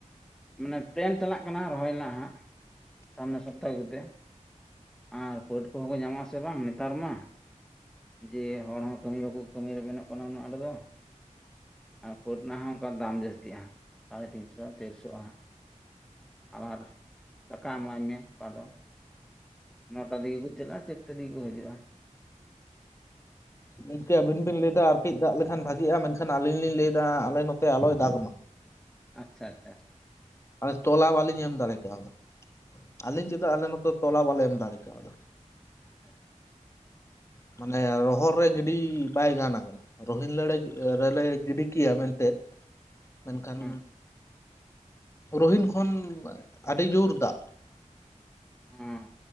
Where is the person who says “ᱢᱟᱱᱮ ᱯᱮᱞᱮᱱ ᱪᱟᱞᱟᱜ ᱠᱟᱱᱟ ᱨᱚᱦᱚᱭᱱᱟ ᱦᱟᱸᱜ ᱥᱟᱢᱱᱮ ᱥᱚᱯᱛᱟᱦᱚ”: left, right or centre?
Centre